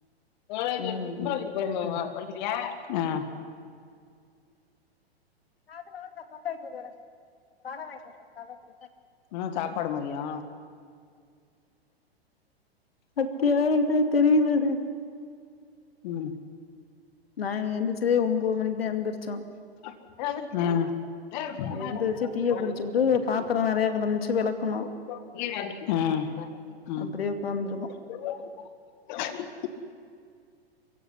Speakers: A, on the left; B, on the left.
A: சோரக்கிவச்சிட்டு
B: ம்
A: திம்பாளுக சரி பெரிம்மா வந்துட்டியா ஆ
B: அது மாரி தான் எனக் கடன் வாங்கிட்டு வந்த கதவு
A: என்ன சாப்பாடு மதியோ
B: அத்துயாரது தெரியிலது
A: ம்
B: நா எந்திர்சதே ஒம்போது மணிக்தா எந்திர்ச்சோம்
A: ஆ
B: எந்திரிச்சு டீய
A: ஆ
B: குடிச்சுபுட்டு பாத்திரோ நெறைய கெடந்துச்சு வெளக்குனோ
A: ம்
B: அப்டியே
A: ஆ
B: உக்காந்துருக்கோ